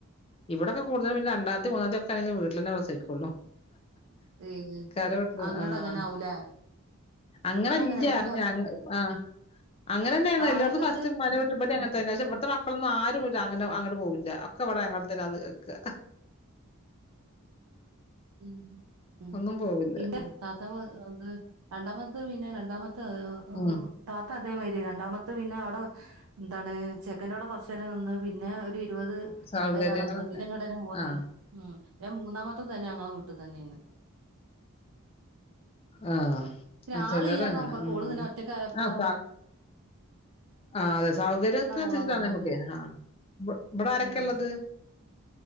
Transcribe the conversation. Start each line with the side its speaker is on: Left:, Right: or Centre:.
Left: ഇവിടെയൊക്കെ കൂടുതലും പിന്ന രണ്ടാമത്തി മൂന്നാത്തി ഒക്കെ ആണങ്ക വീട്ടിൽ തന്നെ ക്കൊള്ളും
Right: ഏ
Left: കരവട്ട
Right: അങ്ങട്ട്
Left: ആഹ
Right: അങ്ങനെ ആവൂലേ
Left: അങ്ങനെ
Right: ഇവിടെ
Left: ഇല്ലറ്
Right: ഇവിടെ ഫസ്
Left: ഞ ആഹ അങ്ങനെ തന്നെയന്ന
Right: ആ
Left: എല്ലാവടും
Right: ആയിക്കത്ത്
Left: ഫസ്റ്റ് മ്മന്റോടി അങ്ങന
Right: ഉം
Left: തന്നെ ഇവിടെ അത്ത മക്കളൊന്നും ആരും അങ്ങനെ അങ്ങട്ട് പോവില്ല ഒക്കെ അവിടെ അങ്ങനെ തന്നെന്ന് കേക്കുക
Right: മ്മ്..... ഉ ഉ
Left: ഒന്നും പോവില്ല
Right: പിന്നെ സാത്തത് രണ്ടാമത്തെ പിന്നെ രണ്ടാമത്തെ അ
Left: ഉം
Right: താത അതരി രണ്ടാമ പിന്നെ അവിടെ എന്താണ് ചെക്കൻട്ടോടെ കൊറച്ച നേരം നിന്ന് പിന്നെ ഒരു ഇരുപത്
Left: സൗകര്യങ്ങളൊക്കെ
Right: പേരടന്ന് പിന്നെ ഇങ്ങട്ടന്ന മൂന്ന്
Left: ആ
Right: ഉ ഞാൻ മൂന്നാമത്തും തന്നെ ഞെ വിട്ട തന്നെയന്ന്
Left: ആ
Right: ഒരാളെ
Left: ആ ചിലരങ്ങനെ
Right: ഇല്ലാതാവുമ്പോ
Left: ഉം
Right: കോള നിന്നെ ഒറ്റക്ക ആയപ്പോ
Left: ആ സ ആ അതെ സൗകര്യക്കെൻസച്ചിട്ടാണ്
Right: ഓള് അങ്ങനായത്
Left: ഞമക്കെ ആ ഇ ഇബ്ടാരൊക്കെള്ളത്
Right: ഉം